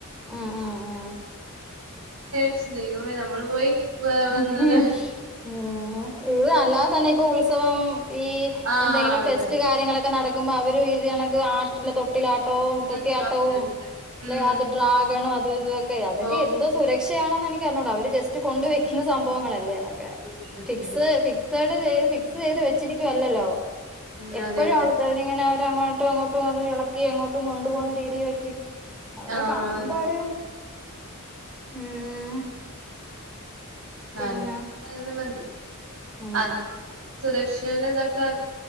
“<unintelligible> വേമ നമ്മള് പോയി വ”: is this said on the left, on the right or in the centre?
Right